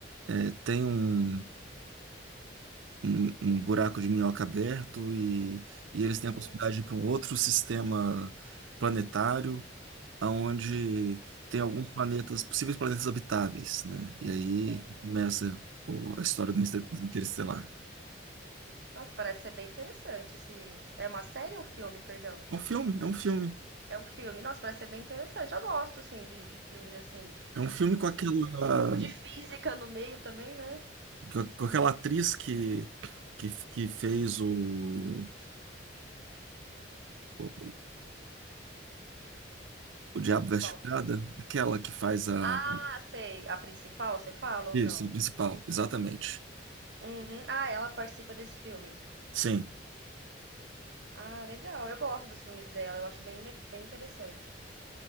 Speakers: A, on the right; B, on the right.
A: é, têm um, um, um buraco de minhoca aberto e, e eles têm
B: Hum,
A: a possibilidade de ir para um outro sistema planetário. onde tem alguns
B: interessante.
A: planetas, possíveis planetas habitáveis, né? E aí
B: Entendi.
A: começa o- a história do Inter- Interestelar.
B: Nossa, parece ser bem interessante esse. É uma série ou filme, perdão?
A: É um filme, é um filme.
B: É um filme. Nossa, parece ser bem interessante. Eu gosto, assim, de, de filmes assim.
A: É um filme com aquela,
B: Tem um pouco de física no meio também, né?
A: com com aquela atriz que, que, que fez o, o, o Diabo Veste
B: Qual?
A: Prada, aquela que faz a.
B: Ah, sei. A principal, você fala
A: Isso,
B: ou não?
A: a principal, exatamente.
B: Uhum. Ah, ela participa desse filme.
A: Sim.
B: Ah, legal. Eu gosto dos filmes dela. Eu acho bem, le- bem interessante.